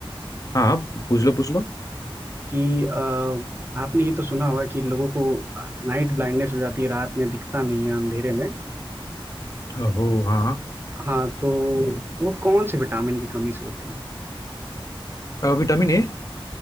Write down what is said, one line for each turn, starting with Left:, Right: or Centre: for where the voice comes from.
Left: हाँ हाँ, पूछ लो पूछ लो
Right: कि अ, आपने ये तो सुना होगा कि लोगों को नाइट ब्लाइंडनेस हो जाती है रात में दिखता नहीं है अंधेरे में
Left: ओहो हाँ
Right: हाँ तो वो कौन से विटामिन की कमी से होती है
Left: Vitamin A